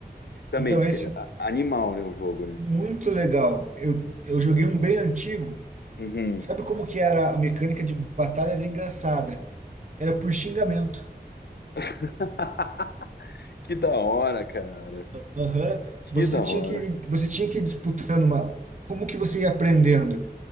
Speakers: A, on the left; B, on the right.
A: Também
B: Então,
A: diz
B: esse
A: que é a- animal, né, o jogo, né?
B: Muito legal. Eu, eu joguei um bem antigo.
A: Uhum.
B: Sabe como que era a mecânica de batalha? Era engraçada. Era por xingamento.
A: <laughs> Que da hora, cara.
B: Aham.
A: Que
B: Você
A: da
B: tinha
A: hora.
B: que, você tinha que ir disputando uma. Como que você ia aprendendo?